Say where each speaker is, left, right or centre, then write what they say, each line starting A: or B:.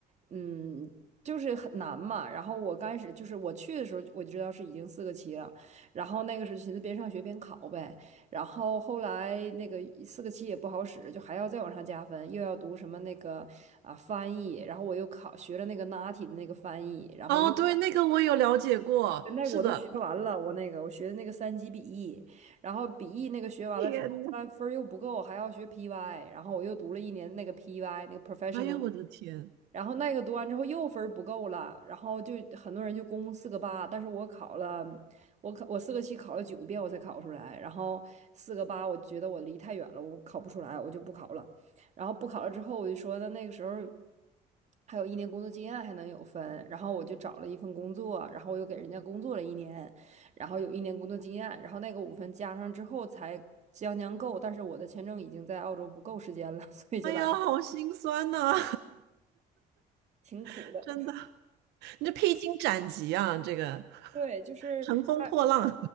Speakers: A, on the right; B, on the right.
A: 嗯就是很难嘛。然后我刚开始就是我去的时候我就知道是已经四个七了，然后那个时候就寻思边上学边考呗。然后后来那个四个七也不好使，就还要再往上加分，又要读什么那个啊翻译，然后我又考学了那个 NATI 的那个翻译，然后又
B: 哦对，那个我有了解过，
A: 那个我都学完了，
B: 是的，
A: 我那个我学的那个三级笔译，然后笔译那个学完了之后，
B: 天呐，
A: 后来分儿又不够，还要学 PY，然后我又读了一年那个 PY 那个 professional
B: 哎呀，我的天，
A: 然后那个读完之后又分儿不够了，然后就很多人就攻四个八，但是我考了，我考我四个七考了九遍我才考出来，然后四个八我觉得我离太远了，我考不出来，我就不考了。然后不考了之后，我就说那那个时候还有一年工作经验还能有分，然后我就找了一份工作，然后我又给人家工作了一年，然后有一年工作经验，然后那个五分加上之后才将将够，但是我的签证已经在澳洲不够时间了，所以就来
B: 哎呀，好心酸呐、
A: 挺苦的。
B: <laughs> 真的，你这披荆斩棘啊，这个 <laughs>
A: 对，就是他，
B: 乘风破浪，